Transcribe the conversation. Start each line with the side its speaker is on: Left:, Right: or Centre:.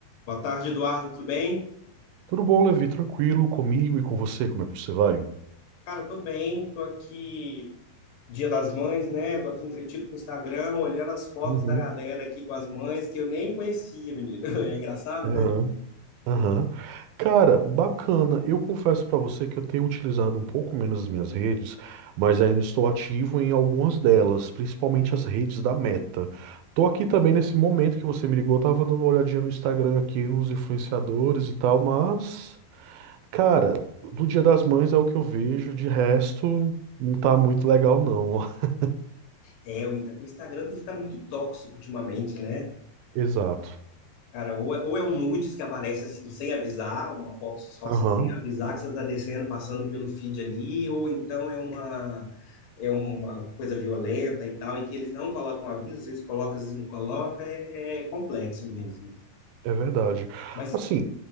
Left: Boa tarde, Eduardo, tudo bem?
Right: Tudo bom, Levi? Tranquilo comigo e com você? Como é que você vai?
Left: Cara, tô bem, tô aqui, Dia das Mães, né? Tô aqui entretido com o Instagram, olhando as fotos
Right: Uhum.
Left: da galera aqui com as mães, que eu nem conhecia, menino. <laughs> É engraçado,
Right: Aham.
Left: né?
Right: Aham. Cara, bacana. Eu confesso pra você que eu tenho utilizado um pouco menos as minhas redes, mas ainda estou ativo em algumas delas, principalmente as redes da Meta. Tô aqui também nesse momento que você me ligou, eu tava dando uma olhadinha no Instagram aqui, nos influenciadores e tal, mas, cara, do Dia das Mães é o que eu vejo, de resto, não tá muito legal, não. <laughs>
Left: É, o Inta- o Instagram tem ficado muito tóxico ultimamente, né?
Right: Exato.
Left: Cara, ou é, ou é um nudes que aparece assim, sem avisar, uma foto só
Right: Aham.
Left: assim, sem avisar que você tá descendo, passando pelo feed ali, ou então é uma... É uma coisa violenta e tal, e que eles não colocam aviso, às vezes colocam, às vezes não colocam, é é complexo mesmo.
Right: É verdade.
Left: Mas
Right: Assim,